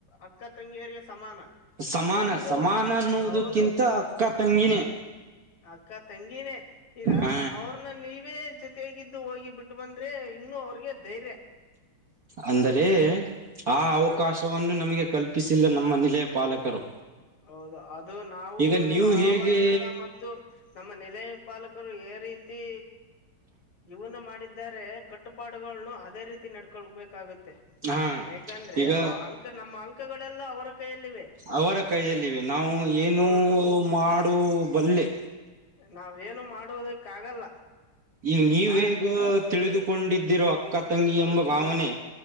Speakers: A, on the left; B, on the right.
A: ಅಕ್ಕ ತಂಗಿಯರಿಗೆ ಸಮಾನ
B: ಸಮಾನ
A: ಒಂದು
B: ಸಮಾನ ಅನ್ನುೋವುದಕ್ಕಿಂತ
A: ಹೌದು
B: ಅಕ್ಕ ತಂಗಿನೇ
A: ಅಕ್ಕ ತಂಗಿನೇ ಈಗ
B: ಹ
A: ಅವ್ರನ್ನ ನೀವೇ ಜೊತೆಯಗಿದ್ದು ಹೋಗಿ ಬಿಟ್ಟು ಬಂದ್ರೆ ಇನ್ನು ಇ ಅವ್ರಿಗೆ ಧೈರ್ಯ
B: ಅಂದರೆ ಆ ಅವಕಾಶವನ್ನು
A: ಹ
B: ನಮಗೆ ತಪ್ಪಿಸಿಲ್ಲ ನಮ್ಮ ನಿಲೆಯ ಪಾಲಕರು
A: ಹೌದು ಅದು ನಾವು
B: ಈಗ ನೀವು ಹೇಗೆ
A: ಆವರಣದ ಮತ್ತು ನಮ್ಮ ನೆಲೆ ಪಾಲಕರು ಏ ರೀತಿ ಇವನ ಮಾಡಿದ್ದ ಕಟ್ಟುಪಾಡುಗಳನ್ನು ಅದೇ ರೀತಿ ನಡ್ಕೊಳ್ಬೇಕಾಗುತ್ತೆ
B: ಹಾ
A: ಯಾಕಂದ್ರೆ
B: ಈಗ
A: ಅವ ಅಂಕ ನಮ್ಮ ಅಂಕಗಳೆಲ್ಲ ಅವರ ಕೈಯಲ್ಲಿವೆ
B: ಅವರ ಕೈಯಲ್ಲಿವೆ ನಾವು ಏನುೂ
A: ಹೌದು
B: ಮಾಡು ಬಲ್ಲೆ
A: ನಾವೇನು ಮಾಡುವುದಕ್ಕ ಆಗಲ್ಲ
B: ಈಗ ನೀವ
A: ಆ
B: ಹೇಗ ತಿಳಿದುಕೊಂಡಿದ್ದ ಿ ಅಕ್ಕ ತಂಗಿ
A: ಹ್ಮ್
B: ಎಂಬ ಭಾವನೆ